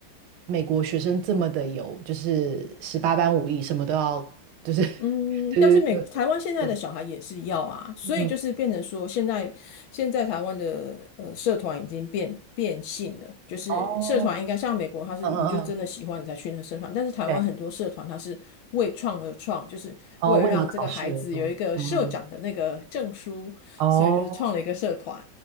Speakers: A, on the right (about 80°); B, on the left (about 75°).
A: 美国学生这么的有，就是十八般武艺，什么都要，就是 <laughs>
B: 嗯，
A: 对对对
B: 但是美台湾现在的小孩也是要啊，
A: 对，对
B: 所以就是变成说现在现在台湾的呃社团已经变变性了，
A: 嗯，
B: 就是社团应该像美国，
A: 哦，
B: 它是你就真的喜欢你才去那个社团，
A: 嗯嗯嗯，
B: 但是台湾很多社团它是为创而创，
A: 对，
B: 就是为了让这个孩子有一个社长的那个证书，
A: 哦，为了考试而用，嗯嗯，哦，
B: 所以就是创了一个社团。